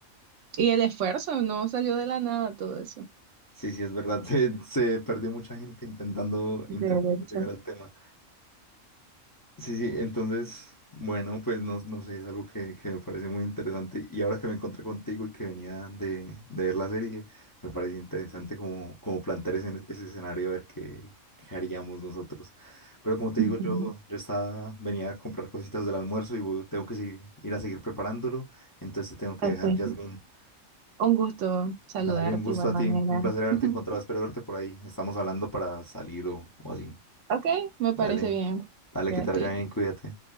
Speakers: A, on the right (about 70°); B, on the left (about 20°).
A: Y el esfuerzo, no salió de la nada todo eso.
B: Sí, sí, es verdad. <laughs> Se, se perdió mucha gente intentando,
A: De
B: intentando
A: hecho.
B: llegar al tema. Sí, sí, entonces, bueno, pues no, no sé, es algo que, que me parece muy interesante. Y ahora que me encontré contigo y que venía de, de ver la serie, me parece interesante como, como plantear ese, ese escenario, a ver qué, qué haríamos nosotros. Pero como te
A: Ujú.
B: digo, yo, yo estaba, venía a comprar cositas del almuerzo y voy- tengo que seguir- ir a seguir preparándolo. Entonces te tengo que
A: Ok.
B: dejar, Yasmín.
A: Un gusto saludarte
B: Dale, un gusto
A: de igual
B: a
A: manera.
B: ti. Un placer haberte
A: <laughs>
B: encontrado. Espero verte por ahí. Estamos hablando para salir o, o así.
A: Ok, me
B: Dale,
A: parece bien.
B: dale,
A: Cuídate.
B: que te vaya bien, cuídate.